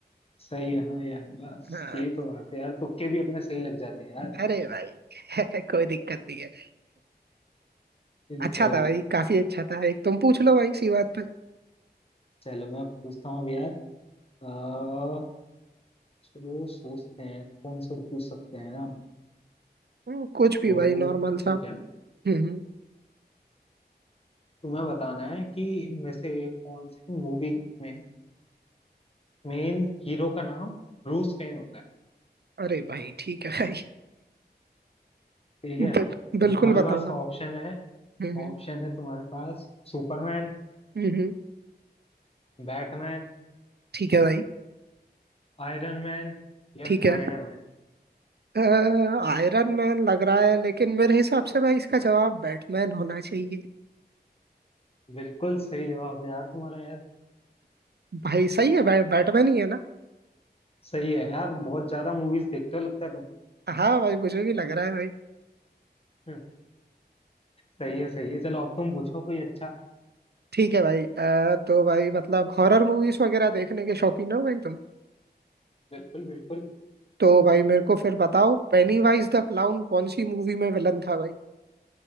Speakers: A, on the left (about 35°); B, on the right (about 70°).
A: सही है ना यार बस
B: हाँ
A: यही तो बात है यार तुक्के भी अपने सही लग जाते हैं यार
B: अरे भाई <laughs> कोई दिक्कत नहीं है <laughs>
A: बिल्कुल
B: अच्छा था भाई काफी अच्छा था एक तुम पूछ लो भाई इसी बात पे
A: चलो मैं पूछता हूँ अब यार अ, चलो सोचते हैं कौन सा पूछ सकते हैं ना
B: हम्म, कुछ भी
A: तो
B: भाई नॉर्मल सा
A: ठीक है
B: हम्म हम्म।
A: तुम्हें बताना है कि इनमें से कौन सी मूवी में मेन हीरो का नाम ब्रूस वेन होता है
B: अरे भाई ठीक है भाई
A: ठीक
B: <laughs>
A: है
B: बिल,
A: तो
B: बिल्कुल
A: तुम्हारे
B: बताऊंगा
A: पास ऑप्शन है
B: हम्म
A: ऑप्शन
B: हम्म
A: है तुम्हारे पास सुपरमैन
B: हम्म, हम्म,
A: बैटमैन
B: ठीक है भाई
A: आयरन मैन या
B: ठीक
A: स्पाइडरमैन
B: है आयरन मैन लग रहा है लेकिन मेरे हिसाब से भाई इसका जवाब बैटमैन होना चाहिए
A: बिल्कुल सही जवाब है यार तुम्हारा यार
B: भाई सही है भाई बैटमैन ही है ना
A: सही है यार बहुत ज्यादा मूवीज देखते हो लगता है तुम
B: हाँ भाई मुझे भी लग रहा है भाई
A: हम्म, सही है सही है चलो अब तुम पूछो कोई अच्छा
B: ठीक है भाई अ, तो भाई मतलब हॉरर मूवीज वगैरह देखने के शौकीन हो भाई तुम
A: बिल्कुल बिल्कुल
B: तो भाई मेरे को फिर बताओ पेनीवाइज द क्लाउन कौन सी मूवी में विलन था भाई